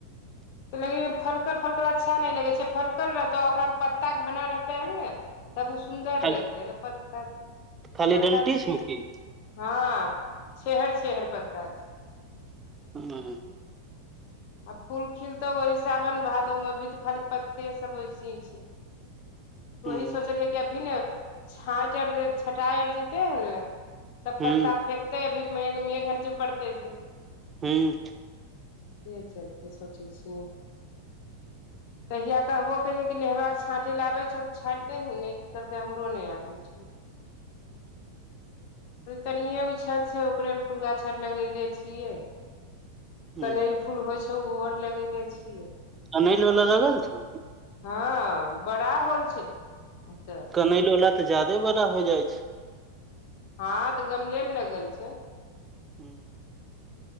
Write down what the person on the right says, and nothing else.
खाली
खाली
डंटी
छौ की
हं
हूँ
हूँ
हूं
हूँ
कनैल बाला लगल छौ
कनैल बाला तऽ ज्यादे बड़ा होय जाय छै
<inaudible>